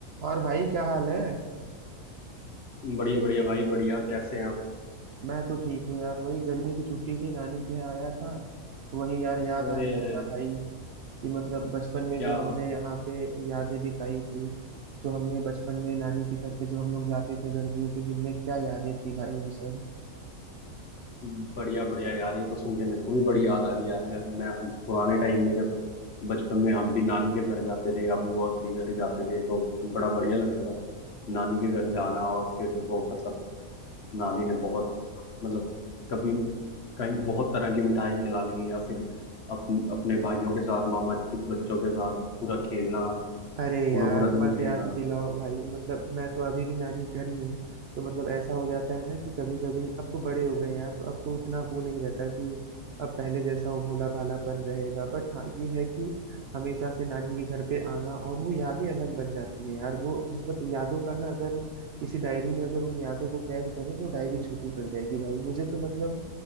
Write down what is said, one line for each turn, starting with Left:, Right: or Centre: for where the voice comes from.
Right: और भाई क्या हाल है
Left: बढ़िया बढ़िया भाई बढ़िया कैसे हैं आप
Right: मैं तो ठीक हूँ यार वही गर्मी की छुट्टी थी नानी के यहाँ आया था तो वही यार याद
Left: अरे
Right: आने लगा
Left: अरे
Right: भाई कि मतलब बचपन में
Left: क्या
Right: जो हमने
Left: बात।
Right: यहाँ पे यादें बिताई थी जो हमने बचपन में नानी के घर पे जो हम लोग जाते थे गर्मियों के दिन में क्या यादें थी भाई वो सब
Left: बढ़िया बढ़िया यार ये तो सुन के मेरे को भी बड़ी याद आ गई यार घर मैं हम पुराने टाइम में जब बचपन में हम भी नानी के घर जाते थे या बुआ के घर जाते थे तो बड़ा बढ़िया लगता था नानी के घर जाना और फिर वो मतलब नानी ने बहुत मतलब कभी कहीं बहुत तरह की मिठाई खिलानी या फिर अपन अपने भाइयों के साथ मामा के बच्चों के साथ पूरा खेलना
Right: अरे
Left: पूरा
Right: यार
Left: पूरा दिन
Right: मत
Left: खेलना
Right: याद दिलाओ भाई मतलब मैं तो अभी भी नानी के घर ही हूँ तो मतलब ऐसा हो जाता है ना कि कभी कभी अब तो बड़े हो गए हैं यार तो अब तो उतना वो नहीं रहता कि अब पहले जैसा वो भोला भालापन रहेगा बट हाँ ये है कि हमेशा से नानी के घर पे आना और वो यादें अलग बन जाती है यार वो मतलब यादों का ना अगर किसी डायरी में अगर उन यादों को कैद करें तो डायरी छोटी पड़ जाएगी भाई मुझे तो मतलब